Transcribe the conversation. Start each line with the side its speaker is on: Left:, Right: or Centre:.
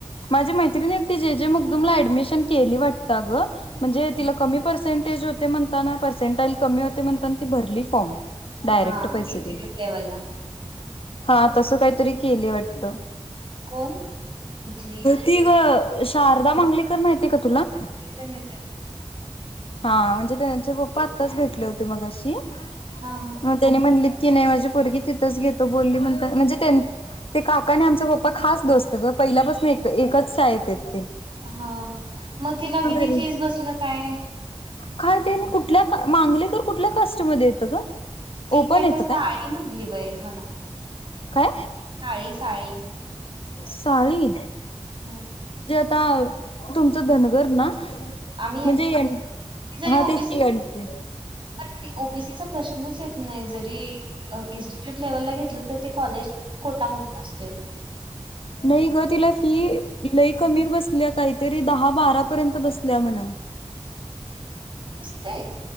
Left: माझी मैत्रिणी एक ती े जे मग तुमला ऍडमिशन केली वाटत ग. म्हणजे
Right: हं,
Left: तिला कमी पर्सेंटेज होते, म्हणताना पर्सेंटाईल कमी होते म्हणता ती भरली फॉर्म. डायरेक्ट
Right: हा
Left: पैसे
Right: इन्स्टिट्यूट
Left: देऊन
Right: लेव्हलला
Left: हा तस काहीतरी केले वाटत <inaudible>
Right: कोण- इथली
Left: ती ग शारदा मांगलेकर माहिती- का तुला-
Right: माहितीये माहितीये
Left: हा म्हणजे त्यांचे पप्पा आत्ताच भेटले होते मग अशी
Right: हा हा
Left: मग त्यानी म्हणली <inaudible> की नाही माझी परगी तिथंच घेतो बोलली म्हण म्हणजे ते काका आणि आमचा पप्पा खास दोसत ग <inaudible> पहिल्यापासून एक एकच शाळेतेत
Right: हा मग तिला किती
Left: घरी
Right: फीस बसल काय
Left: काय ते कुठल्या मांगलीकर कुठल्या कास्टमध्येध्ये येतं ग
Right: ती
Left: ओपन
Right: काय
Left: येतं
Right: तर साळी म्हटली बाय मला
Left: काय
Right: साळी साळी-
Left: साळी-
Right: हम्
Left: आ तुमचं धनगर ना
Right: आम्ही
Left: म्हणजे
Right: एनटी ती जरी
Left: हा
Right: ओबीसी
Left: तेचकी म्हते
Right: पण ओ-बी-सीचा प्रश्नच येत नाही जरी इन्स्टिट्यूट लेव्हल ला घेतलं तर ते कॉलेज कोटामधून असतं
Left: नाही ग तिला फी लई कमी बसल्यात काहीतरी दहा बारा पर्यंत बसल्या म्हणा
Right: ते